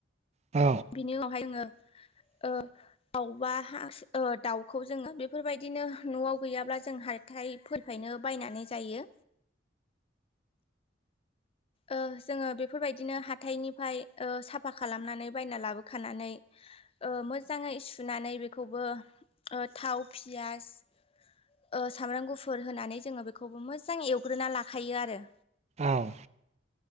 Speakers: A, on the right; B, on the left.
A: औ
B: बिनि उनावहाय आङो
A: <unintelligible>
B: ओ दाबा दाउखौ जोङो बेफोरबायदिनो न'आव गैयाब्ला जों हा थाइफोरनिफायनो बायनानै जायो
A: ज <unintelligible>
B: ओ जोङो बेफोरबायदि बिदिनो हााइनिफ्राय साफा खालामनानै बायना लाबोखानानै मोजाङै सुनानै बेखौबो ओ थाव पियास ओ सामब्राम गुफुर होनानै जोङो बेखौबो मोजां एवग्रोना लाखायो आरो
A: औ